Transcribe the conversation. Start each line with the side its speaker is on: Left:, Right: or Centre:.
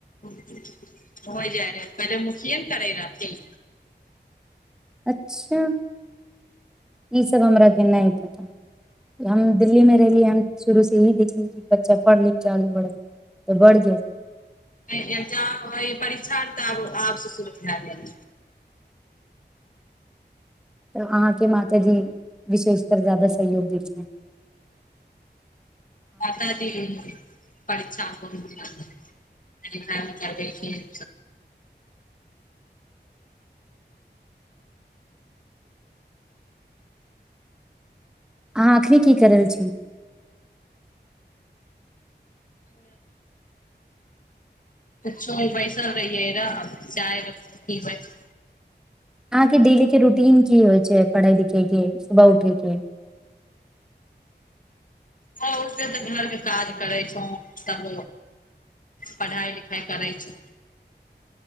Left: होय जाइ रहलै पहिले मुखियये न करै रहथिन
Centre: अच्छा ईसभ हमराके नहि पता हम दिल्लीमे रहलियै हम शुरूसँ इही देखलियै कि बच्चा पढ़ लिखके आगे बढ़ै तऽ बढ़ जजो
Left: पहिले एक्जाम होइ परीक्षा आर तऽ आब से शुरू भ गेल
Centre: तऽ अहाँके माताजी विशेषकर ज्यादा सहयोग दै छथिन
Left: माता जी परीक्षा <unintelligible> लिखा लिखा देलखिन
Centre: अहाँ एखनी की कर रहल छी
Left: कुछोमे बैसल रहियै र-चाय पीबैत
Centre: अहाँके डेली के रूटीन की होइ छै पढ़य लिखैके सुबह उठेय के
Left: त उे तऽ घरके काज करै छौ तब पढ़ाइ लिखाइ करै छौ